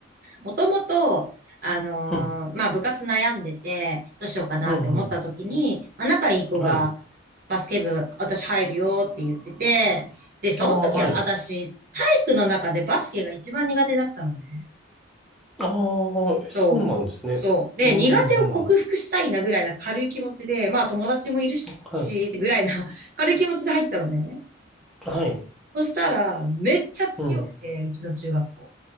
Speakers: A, on the right (about 45°); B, in the centre.
A: もともと、あのーまあ、
B: うん、
A: 部活悩んでて、どうしようかなって思った時に、
B: うん、うん。
A: まあ、仲いい子が、
B: はい。
A: バスケ部、私入るよって言ってて、で、その時私、
B: ああ、はい。
A: 体育の中でバスケが一番苦手だったのね。
B: ああ、
A: そう。
B: そうなんですね。
A: そう。で、
B: うん、
A: 苦手を克服したいなぐらいな軽い気持ちで、
B: うん、うん。
A: まあ友達もいるし、
B: は
A: ぐらいな <laughs> 軽い気持ちで入ったのね。
B: い。はい。
A: そしたら、めっちゃ強くて、
B: うん。
A: うちの中学校。